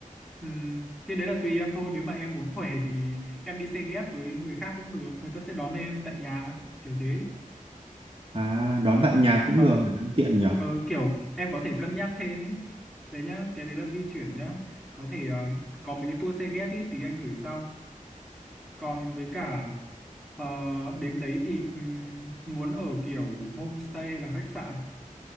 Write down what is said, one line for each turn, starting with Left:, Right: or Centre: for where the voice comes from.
Centre: Ừm, thế đấy là tùy em thôi nếu mà em muốn khỏe thì em đi xe ghép với người khác cũng được người ta sẽ đón em tại nhà kiểu thế
Right: à đón tại nhà cũng
Centre: ờ
Right: được tiện nhỉ
Centre: ờ kiểu em có thể cân nhắc thêm ấy đấy nhá cái đấy là di chuyển nhá có thể ờ, có mấy cái tour xe ghép ý tí anh gửi sau còn với cả ờ, đến đấy thì ừm, muốn ở kiểu homestay hay là khách sạn